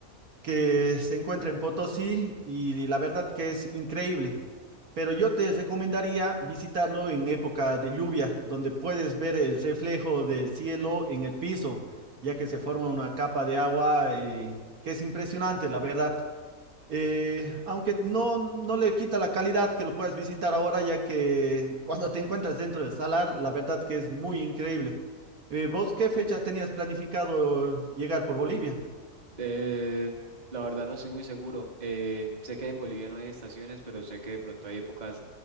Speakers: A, on the right (about 65°); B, on the right (about 30°).
A: que se encuentra en Potosí y la verdad que es increíble. Pero yo te recomendaría visitarlo en época de lluvia, donde puedes ver el reflejo del cielo en el piso, ya que se forma una capa de agua eh, que es impresionante, la verdad. Eh, aunque no, no le quita la calidad que lo puedas visitar ahora, ya que cuando te encuentras dentro del salar, la verdad que es muy increíble. Eh, ¿vos qué fecha tenías planificado llegar por Bolivia?
B: Eh, la verdad no soy muy seguro. Eh, sé que en Bolivia no hay estaciones, pero sé que de pronto hay épocas